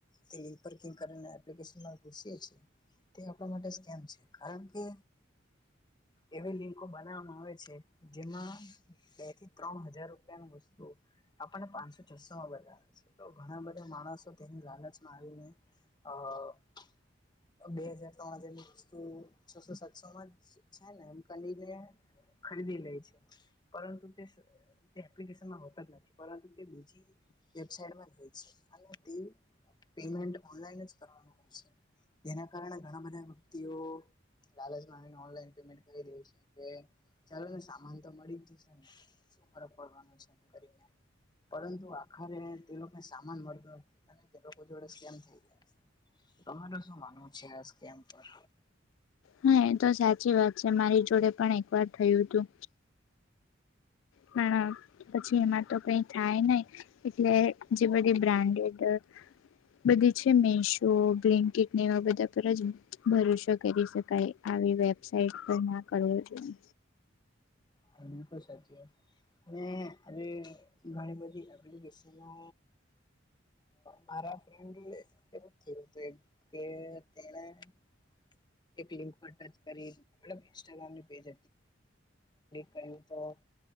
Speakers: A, on the left; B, on the left.
A: તે લિંક પર ક્લિક કરીને તે એપ્લિકેશનમાં ઘૂસીએ છીએ તે આપણા માટે જ કેમ છે કારણ કે એવી લિંકો બનાવવામાં આવે છે જેમાં બેથી ત્રણ હજાર રૂપિયાનુ વસ્તુ આપને પાંચસો છસો માં બતાવે છે તો ઘણા બધા માણસો તેની લાલચમાં આવીને અ બે હજાર ત્રણ હજારની વસ્તુ છસો સાતસો માં જ છે ને આમ કલીને ખરીદી લે છે પરંતુ એપ્લિકેશનમાં હોતા જ નથી પરંતુ તે બીજી વેબસાઇટ માં હોય છે તે પેમેન્ટ ઓનલાઇન જ કરવાનું હોય છે જેના કારણે ઘણા બધા વ્યક્તિઓ લાલચમા આવીને ઓનલાઈન પેમેન્ટ કરી દે છે કે ચાલો ને સામાન તો મળી જ જશે ને શુ ફરક પડવાનો છે એમ કરીને પરંતુ આખરે તે લોકોને સામાન મળતો નથી અને તે લોકો જોડે કેમ થઈ જાય છે. તમારે શું માનવું છે આ સ્કેમ પર
B: હા એ તો સાચી વાત છે મારી જોડે પણ એક વાર થયું હતું પણ પછી એમાં તો કઈ થાય નહી એટલે જે બધી બ્રાન્ડેડ બધી છે મીશો, બ્લેન્કીટ ને એવા બધા પર જ ભરોસો કરી શકાય. આવી વેબસાઇટ પર ના કરવું જોઈએ.
A: હા બિલકુલ સાચી વાત છે. અને હજ ઘણી બધી એપ્લિકેશનો મારા ફ્રેન્ડ એ એવું જ થયું હતું એક અ તે્યાના એક લિંક પર ટચ કરીડ ઇન્સ્ટાગ્રામની પેજ ક તો <unintelligible>